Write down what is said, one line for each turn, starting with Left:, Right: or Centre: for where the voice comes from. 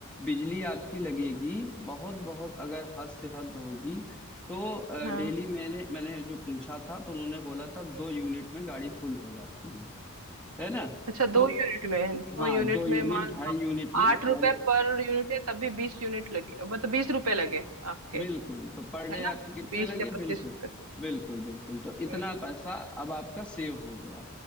Centre: बिजली आपकी लगेगी बहुत बहुत अगर हद से हद होगी तो अ,
Right: हाँ
Centre: डेली मैंने मैंने जो पूछा था तो उन्होंने बोला था दो यूनिट में गाड़ी फुल हो जाती है है ना
Right: अच्छा
Centre: तो
Right: दो यूनिट में दो
Centre: हाँ
Right: यूनिट
Centre: दो यूनिट
Right: में मान लो
Centre: ढाई
Right: आप
Centre: यूनिट में
Right: आठ रुपए
Centre: गाड़ी
Right: पर यूनिट है तब भी बीस यूनिट लगे मतलब बीस रुपए लगे आपके
Centre: बिल्कुल तो पर डे
Right: है ना
Centre: आपके कितने
Right: बीस
Centre: लगे
Right: या पच्चीस
Centre: बिल्कुल
Right: रुपए
Centre: बिल्कुल बिल्कुल तो
Right: हम्म।
Centre: इतना पैसा अब आपका सेव हो गया